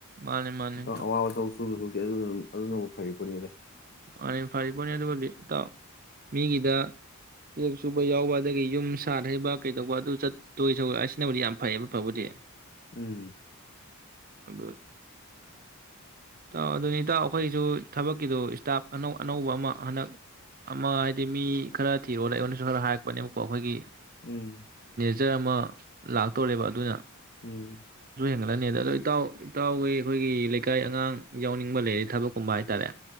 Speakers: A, on the right (about 40°); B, on the left (about 50°).
A: ꯃꯥꯅꯤ ꯃꯥꯅꯤ
B: ꯏꯇꯥꯎ ꯑꯋꯥꯕ ꯊꯕꯛ ꯁꯨꯗꯧ ꯁꯔꯨꯛ ꯑꯗꯨ ꯑꯗꯨꯅꯕꯨ ꯐꯔꯤꯄꯣꯠꯅꯤꯗ
A: ꯃꯥꯅꯤ ꯐꯔꯤꯄ‌ꯣꯠꯅꯤ ꯑꯗꯨꯕꯨꯗꯤ ꯏꯇꯥꯎ ꯃꯤꯒꯤꯗ ꯆꯦꯛ ꯁꯨꯕ ꯌꯥꯎꯕ ꯑꯗꯒꯤ ꯌꯨꯝ ꯁꯥꯠ ꯍꯩꯕ ꯀꯩꯗꯧꯕ ꯑꯗꯨ ꯆꯠꯇꯣꯏ ꯁꯔꯨꯛ ꯑꯁꯤꯅꯕꯨꯗꯤ ꯌꯥꯝ ꯐꯩꯌꯦꯕ ꯐꯕꯨꯗꯤ
B: ꯎꯝ
A: ꯑꯗꯨ ꯏꯇꯥꯎ ꯑꯗꯨꯅꯤ ꯏꯇꯥꯎ ꯑꯩꯈꯣꯏꯁꯨ ꯊꯕꯛꯀꯤꯗꯨ ꯇꯥꯛꯁ ꯑꯅꯧ ꯑꯅꯧꯕ ꯑꯃ ꯍꯟꯗꯛ ꯑꯃ ꯍꯥꯏꯗꯤ ꯃꯤ ꯈꯔ ꯊꯤꯔꯣꯗ ꯑꯩꯉ‌ꯣꯟꯗꯁꯨ ꯈꯔ ꯍꯥꯏꯔꯛꯄꯅꯦꯕꯀꯣ ꯑꯩꯈꯣꯏꯒꯤ
B: ꯎꯝ
A: <unintelligible> ꯑꯃ ꯂꯥꯛꯇꯧꯔꯦꯕ ꯑꯗꯨꯅ
B: ꯎꯝ
A: ꯍꯒꯠꯂꯅꯤꯗ ꯑꯗꯣ ꯏꯇꯥꯎ ꯏꯇꯥꯎꯋ‌ꯣꯏ ꯑꯩꯈꯣꯏꯒꯤ ꯂꯩꯀꯥꯏ ꯑꯉꯥꯡ ꯌꯥꯎꯅꯤꯡꯕ ꯂꯩꯔꯦ ꯊꯕꯛꯀꯨꯝꯕ ꯍꯥꯏꯇꯥꯔꯦ